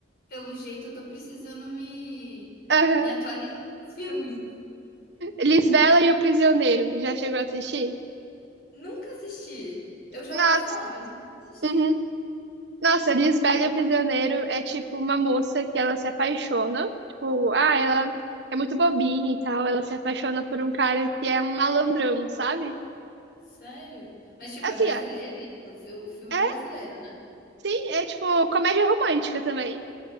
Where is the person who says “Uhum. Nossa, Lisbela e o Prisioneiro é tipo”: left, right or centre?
Right